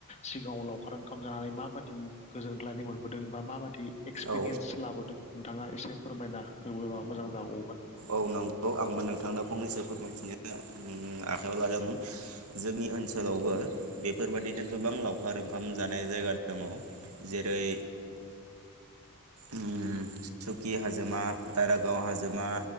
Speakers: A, on the left; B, on the right.
A: सिगाङाव लावखार ओंखाम जानानै माबादि गोजोनग्लायनाय मोनबोदों बा माबादि एक्सपिरियेन्स
B: औ
A: लाबोदों नोंथाङा एसे फोरमायना होबोबा मोजां जागौमोन।
B: औ नंगौ आंबो नोंथांनो फंनैसो फोरमायथिनो आखाइायाव लादों जोंनि ओनसोलावबो बेफोरबादिनो गोबां लावखार ओंखाम जानाय जायगा दङ जेरै उम सुकि हाजोमा दारागाव हाजोमा